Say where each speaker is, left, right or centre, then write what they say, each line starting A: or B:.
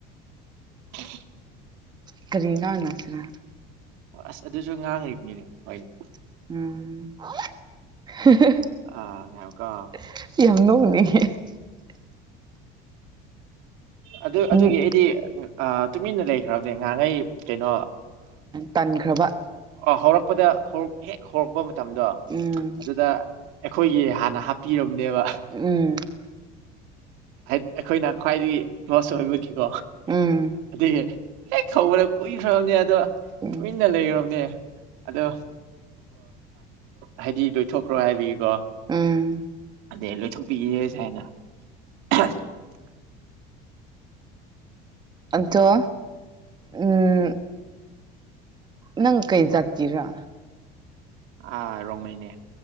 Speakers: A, on the right (about 75°); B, on the right (about 20°).
A: ꯎ
B: ꯏ ꯀꯔꯤ ꯉꯡꯅꯁꯤꯔ
A: ꯑꯁ ꯑꯗꯨꯁꯨ ꯉꯥꯡꯉꯕꯅꯤꯅꯦ ꯍꯣꯏꯅꯦ
B: ꯎꯝ ꯌꯥꯝꯅꯣ
A: ꯑꯥ ꯉꯥꯏꯈꯣꯀꯣ
B: ꯎ
A: ꯑꯗꯨꯗ ꯑꯗꯨꯒꯤꯗꯤ
B: ꯎꯝ
A: ꯇꯨꯃꯤꯟꯅ ꯂꯩꯈ꯭ꯔꯕꯅꯦ ꯉꯍꯉꯩ ꯀꯩꯅꯣ
B: ꯇꯟꯈ꯭ꯔꯕ
A: ꯍꯧꯔꯛꯄꯗ ꯍꯔꯛ ꯍꯦꯛ ꯍꯔꯛ ꯃꯇꯝꯗꯣ
B: ꯎꯝ
A: ꯑꯗꯨꯗ ꯑꯩꯈꯣꯏꯒꯤ ꯍꯥꯟꯅ ꯍꯥ ꯄꯤꯔꯝꯅꯦꯕ
B: ꯎꯝ
A: ꯑꯩꯈꯣꯏꯅ ꯈ꯭ꯋꯥꯏꯗꯒꯤ ꯁ ꯑꯣꯏꯕꯒꯤ ꯣ
B: ꯎꯝ
A: ꯑꯗꯨꯦ ꯍꯦꯛ ꯀꯧꯕꯅ ꯀꯨꯏꯈ꯭ꯔꯕꯅꯦ ꯑꯗꯣ
B: ꯎꯝ
A: ꯏꯟꯅ ꯂꯩꯅꯦ ꯑꯗꯣ ꯍꯥꯏꯗꯤ ꯂꯣꯏꯊꯣꯛꯈ꯭ꯔꯣ ꯍꯥꯏꯕꯒꯤꯀꯣ
B: ꯎꯝ
A: ꯑꯗꯩ ꯂꯣꯏꯊꯣꯛꯄꯤꯒꯦ ꯁ ꯍꯥꯃꯦꯏꯅ <inaudible>
B: ꯑꯗꯣ ꯎꯝ ꯅꯪ ꯀꯩ ꯖꯥꯇꯤꯔ
A: ꯑꯥ ꯔꯣꯡꯃꯩꯅꯦ